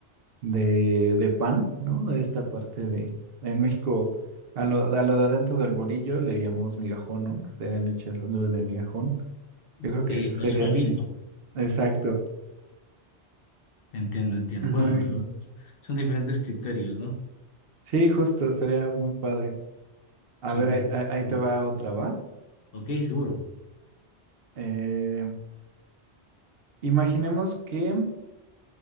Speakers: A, on the right (about 65°); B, on the left (about 60°).
A: de, de pan, ¿no? De esta parte de... En México, a lo, a lo de adentro del bolillo le llamamos migajón, ¿no? Que serán hechas las nubes de migajón. Yo creo
B: Ok,
A: que sería
B: con suavito.
A: así. Exacto.
B: Entiendo, entiendo.
A: <clears throat> Muy
B: Bueno,
A: bien.
B: la verdad, son diferentes criterios, ¿no?
A: Sí, justo, estaría muy padre. A
B: Sí,
A: ver,
B: tienes
A: ahí, ahí- ahí
B: razón.
A: te va otra, ¿va?
B: Ok, seguro.
A: Eh, imaginemos que